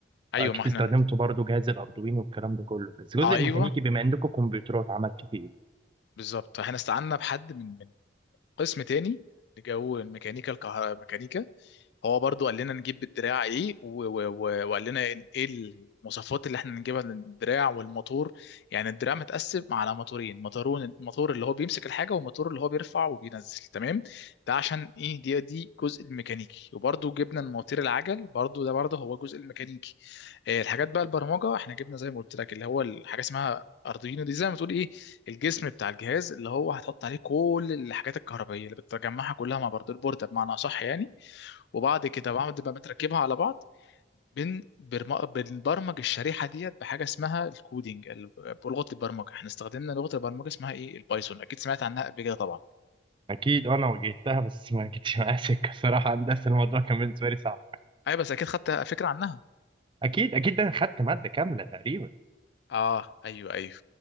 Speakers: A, on the left (about 60°); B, on the right (about 25°).
A: ايوه
B: اكيد
A: ما
B: استخدمتوا
A: احنا
B: برضو جهاز الاردوين والكلام ده كله بس الجزء
A: ايوه
B: الميكانيكي بما عندكم كمبيوترات عملتوا فيه ايه
A: بالظبط احنا استعنا بحد من من قسم تاني جو الميكانيكا الكه... ميكانيكا هو برضو قال لنا نجيب الدراع ايه و... و... و... وقال لنا ايه المواصفات اللي احنا نجيبها للدراع والموتور يعني الدراع متقسم على موتورين موتورون موتور اللي هو بيمسك الحاجه والموتور اللي هو بيرفع وبينزل تمام ده عشان ايه دي دي جزء الميكانيكي وبرضو جبنا المواتير العجل برضو ده برضو هو جزء الميكانيكي آه، الحاجات بقى البرمجه احنا جبنا زي ما قلت لك اللي هو الحاجه اسمها ارضينا دي زي ما تقول ايه الجسم بتاع الجهاز اللي هو هتحط عليه كل الحاجات الكهربائيه اللي بتجمعها كلها مع برض البورده بمعنى اصح يعني وبعد كده بعد ما بتركبها على بعض بن برم- بنبرمج الشريحه ديت بحاجه اسمها الكودينج ال- بلغه البرمجه احنا استخدمنا لغه البرمجه اسمها ايه البايثون اكيد سمعت عنها قبل كده طبعا
B: اكيد انا واجهتها بس ما جتش معايا سكه صراحه <laughs> هندسه الموضوع كان بالنسبه لي صعب
A: ايوه بس اكيد خدت فكره عنها
B: اكيد اكيد ده انا خدت ماده كامله تقريبا
A: اه ايوه ايوه